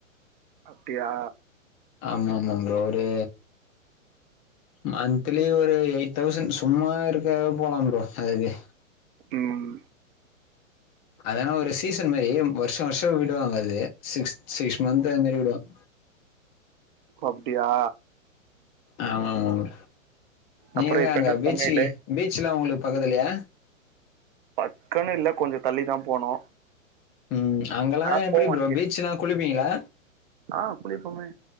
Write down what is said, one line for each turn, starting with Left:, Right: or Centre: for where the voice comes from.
Right: அப்டியா
Left: ஆமா ஆமா ப்ரோ ஒரு மண் த்திலி ஒரு எயிட் தௌசண்ட் சும்மா இருக்க போலாம் ப்ரோ அதுக்கு
Right: ம்
Left: அதான ஒரு சீசன் மாரி வருஷோ வருஷோ விடுவாங்க அது சிக்ஸ் சிக்ஸ் மந்த் அது மாரி விடுவாங்க
Right: ஒப்டியா
Left: ஆமா ஆமா போ நீங்க
Right: அப்றோ இப்ப
Left: அங்க
Right: என்ன
Left: பீச்சு
Right: சமையலு
Left: பீச்ல்லா ஒங்களுக்கு பக்கத்துலையா
Right: பக்கன்னு இல்ல கொஞ்ச தள்ளி தான் போனு
Left: ம் அங்கல்லா
Right: ஆனா
Left: எப்டி
Right: போவோ அடிக்கடி
Left: பரோ பீச்னா குளிப்பீங்ளா
Right: ஆ குளிப்போமே